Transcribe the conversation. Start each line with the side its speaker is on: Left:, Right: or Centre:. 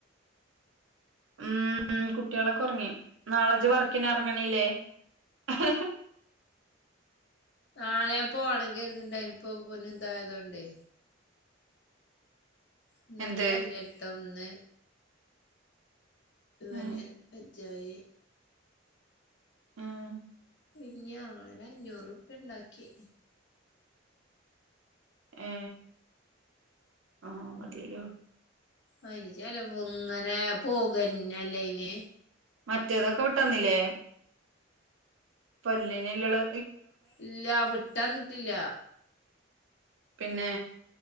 Right: ഉം കുട്ടികളൊക്കെ ഒറങ്ങി നാളെജ്ജ് വർക്കിന് എറങ്ങണില്ലേ? <unintelligible>
Left: നാളെ പോണങ്കിൽ <unintelligible> പിന്നെ എന്തായയതോണ്ടേ ഇന്നലെ
Right: എന്ത്
Left: വലിയയിത്ത വന്നെ ഇവന്
Right: ഉം
Left: വെജ്ജയായി
Right: ഉം
Left: ഈ ഞാൻ അഞ്ഞൂറ്പ്പ്യ ഉണ്ടാക്കി
Right: ഏ ആ മതിയെലോ
Left: അയിന് ചെലവ് ഇങ്ങനെ പോകന്നല്ലയ്ന്
Right: മറ്റേതൊക്കെ വിട്ടന്നില്ലേ പൊല്ലിനല്ലള്
Left: ഇല്ല വിട്ടന്നിട്ടില്ല
Right: പിന്നെ